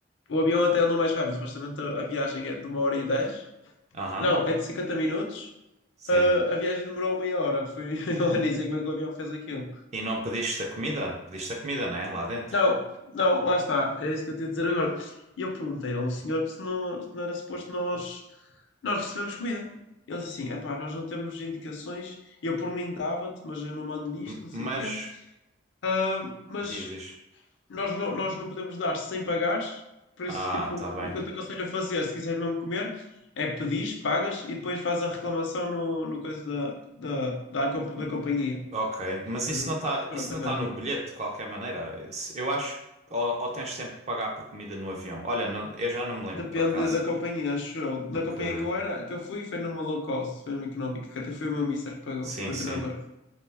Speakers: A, on the left; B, on the right.
A: O avião até andou mais rápido, supostamente a, a viagem é de uma hora e dez.
B: Aham,
A: Não, é de 50 minutos.
B: sim.
A: Ah, a viagem demorou meia hora. Foi <laughs> a Anísia como é que o avião fez aquilo.
B: E não pediste a comida? Pediste a comida, né? Lá dentro.
A: Não, não, lá está. É isso que eu tenho a dizer agora. E eu perguntei ao senhor se não, se não era suposto nós, nós recebemos comida. Ele disse assim, epá, nós não temos indicações, eu por mim dava-te, mas eu não mando nisto,
B: M-
A: não sei
B: mas,
A: o quê. Ah, mas
B: diz, diz.
A: nós não, nós não podemos dar sem pagares, por
B: Ah,
A: isso, tipo,
B: tá bem.
A: o que eu te aconselho a fazer, se quiseres mesmo comer, é pedires, pagas e depois fazes a reclamação no, no coisa da, da, da, comp- da companhia.
B: Ok. Mas
A: Mas
B: isso
A: eu,
B: não está,
A: pronto,
B: isso não
A: agora
B: tá no bilhete, de qualquer maneira. Isso- eu acho que ou, ou tens sempre que pagar por comida no avião. Olha, não- eu já não me lembro,
A: Depende
B: por acaso.
A: da companhia, acho eu.
B: Porque,
A: Na companhia que eu era, que eu fui, foi numa low cost, foi numa económica, que até foi o meu mister que pagou,
B: sim,
A: o meu
B: sim.
A: treinador.